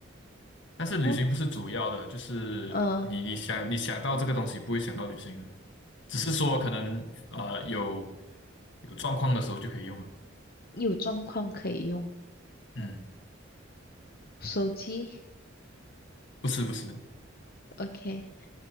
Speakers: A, on the left (about 65°); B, on the left (about 50°).
A: 但是旅行不是主要的，
B: 嗯，
A: 就是你你想你想到这个东西，
B: 呃，
A: 不会想到旅行啊，只是说可能呃有有状况的时候就可以用了，
B: 有状况可以用
A: 嗯，
B: 手机。
A: 不是不是。
B: OK，